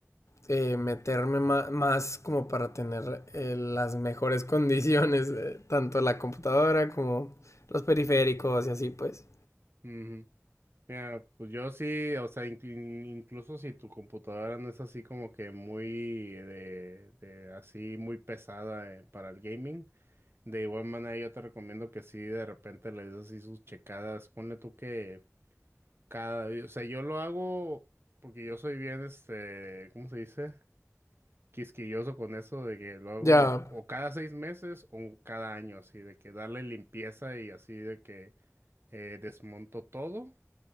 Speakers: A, on the left; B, on the right.
A: eh, meterme ma- más como para tener eh, las mejores <laughs> condiciones, eh, tanto la computadora como los periféricos y así pues.
B: ujú. Mira, pues yo sí, o sea, inclu- incluso si tu computadora no es así como que muy de, de así muy pesada eh, para el gaming, De igual manera, yo te recomiendo que si de repente le des así sus checadas. Ponle tú que cada, o sea, yo lo hago porque yo soy bien, este, ¿cómo se dice? Quisquilloso con eso de que lo hago
A: Ya,
B: o, o cada seis meses o cada año, así de que darle limpieza y así de que eh, desmonto todo